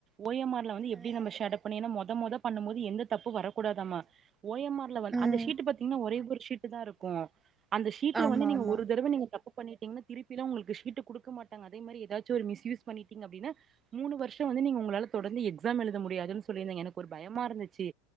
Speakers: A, on the right (about 35°); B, on the right (about 15°).
A: ஓ எம் ஆர்ல வந்து எப்டி
B: ம்ஹும்
A: நம்ம ஷேடப் பண்ணி ஏனா மொத மொத பண்ணும்போது எந்த தப்பு வரக் கூடாதாமா ஓ எம் ஆர்ல வந்து அந்த
B: ம்
A: ஷீட்டு பாத்தீங்ன்னா ஒரே ஒரு ஷீட்டு தா இருக்கூ அந்த ஷீட்ல
B: ஆமா
A: வந்து நீங்க
B: ஆமா
A: ஒரு தடவ நீங்க தப் பு பண்ணிட்டிங்கன்ன திருப்பிலா உங்ளுக்கு ஷீட்டு குடுக்கமாட்டாங்க அதே மாரி எதாச்சூ ஒரு மிஸ்யூஸ் பண்ணிட்டீங்க அப்டின்னா மூணு வருஷொ வந்து நீங்க உங்ளால தொடர்ந்து எக்ஸாம் எழுத முடியாதுன்னு சொல்லிருந்தீங்க எனக்கு ஒரு பயமா இருந்துச்சு